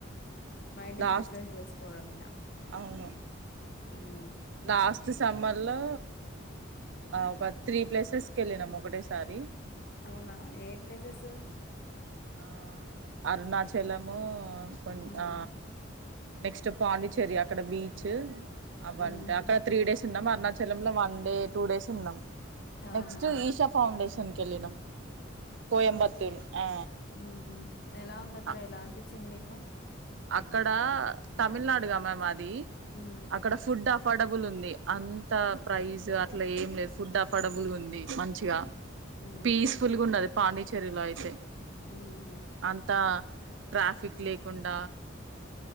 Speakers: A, on the left; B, on the right.
A: మైండ్‌ని
B: లాస్ట్
A: ఫ్రీ ఫ్రెష్ చేసుకోవడం ఇగ
B: అవును
A: ఉమ్మ్
B: లాస్ట్ సమ్మర్ లో ఆ పద్ త్రీ ప్లేసెస్‌కి కేళ్లినాం ఒకటేసారి
A: అవునా ఏ ఏ ప్లేసెసు
B: ఆ అరుణాచలము కొంచ్
A: హ్మ్.
B: ఆ నెక్స్ట్ పాండిచ్చేరి అక్కడ బీచ్ అవటం
A: హుహు.
B: అక్కడ త్రీ డేస్ తిన్నాం అరుణాచలంల వన్ డే టూ డేస్ ఉన్నాం
A: ఆహా
B: నెక్స్ట్ ఈషా ఫౌండేషన్ <unintelligible> కోయంబత్తూర్ ఆ
A: ఉ ఎలా ఉంది అక్కడ
B: అ
A: ఎలా అనిపించిది నీకు
B: అక్కడ తమిళనాడు గా మ్యామ్ అది
A: అవునా
B: అక్కడ ఫుడ్ అ అఫోర్డబుల్ ఉంది అంత ప్రైజ్ అట్లా ఏం లేదు ఫుడ్ అఫోర్డబుల్ ఉంది మంచిగా
A: అవునా
B: పీస్ఫుల్గా ఉండది పాండిచ్చేరిలో అయితే
A: హుహు.
B: అంతా ట్రాఫిక్ లేకుండ